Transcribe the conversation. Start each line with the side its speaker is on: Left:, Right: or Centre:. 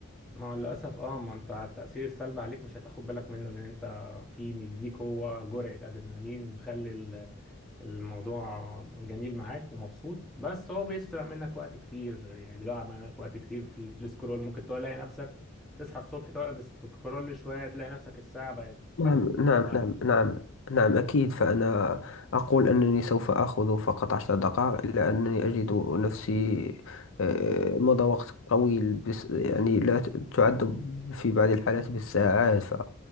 Centre: ما هو للأسف اه ما انت التأثير السلبي عليك مش هتاخد بالك منه لأن انت في مديك هو جرعة أدرينالين ومخلي الموضوع جميل معاك ومبسوط بس هو بيسرق منك وقت كتير يعني بيضيع منك وقت كتير في ال- في السكرول ممكن تلاقي نفسك تصحى الصبح تقعد سكرول شوية تلاقي نفسك الساعة بقت خمسة
Left: نعم نعم
Centre: <laughs>
Left: نعم نعم نعم أكيد فأنا أقول أنني سوف آخذ فقط عشر دقائق إلا أنني أجد نفسي آه، مضى وقت طويل بس يعني لا ت- تعد في بعض الحالات بالساعات ف